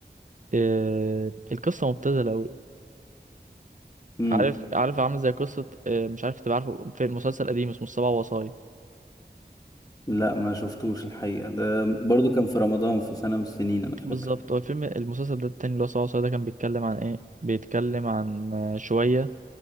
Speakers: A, on the right (about 45°); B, on the left (about 20°).
A: أه القصه مبتذله قوي
B: امم
A: عارف عارف عامل زي قصه أه مش عارف تبقى عارفه في مسلسل قديم اسمه السبع وصايا
B: لا ما شفتوش الحقيقة ده برضو كان في رمضان في سنة من السنين انا فاكر
A: بالظبط هو الفيلم المسلسل ده التاني اللي هو سبعة وسبعة ده كان بيتكلم عن ايه بيتكلم عن آه، شوية